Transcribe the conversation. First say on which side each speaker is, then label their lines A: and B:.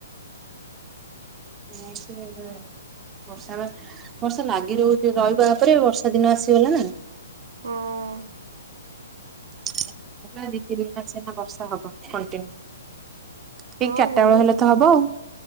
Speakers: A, on the right (about 20°); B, on the right (about 75°).
A: ନା ଆସିବ ଖବର ବର୍ଷା ବା ବର୍ଷା ଲାଗି ରହୁଛି ରହିବା ପରେ ବର୍ଷା ଦିନ ଆସିଗଲା ନା
B: ହଁ
A: ପୁରା ଦି ତିନି ମାସନା ବର୍ଷା ହବ କଣ୍ଟିନ୍ୟୁ ଠିକ
B: ହଁ
A: ଚାରିଟା
B: ହଉ
A: ବେଳ ହେଲେ ତ ହବ ଆଉ।